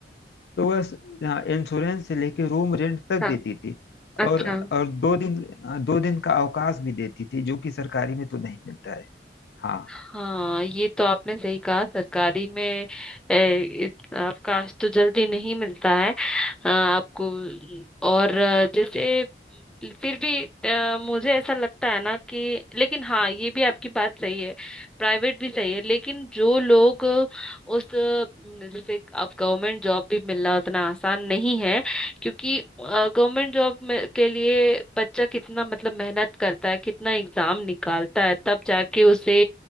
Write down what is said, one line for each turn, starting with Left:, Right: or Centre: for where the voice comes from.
Left: तो वह इंश्योरेंस से लेके रूम रेंट तक
Centre: हाँ,
Left: देती थी
Centre: अच्छा
Left: और और दो दिन दो दिन का अवकाश भी देती थी जो कि सरकारी में तो नहीं मिलता है हाँ
Centre: हाँ ये तो आपने सही कहा सरकारी में ए, इस- आपका तो जल्दी नहीं मिलता है अ, आपको और अ, जैसे फिर भी अ, मुझे ऐसा लगता है ना कि लेकिन हाँ ये भी आपकी बात सही है प्राइवेट भी सही है लेकिन जो लोग उस अ, जैसे अब गवर्नमेंट जॉब भी मिलना उतना आसान नहीं है क्योंकि गवर्नमेंट जॉब में के लिए बच्चा कितना मतलब मेहनत करता है कितना एग्जाम निकालता है तब जाके उसे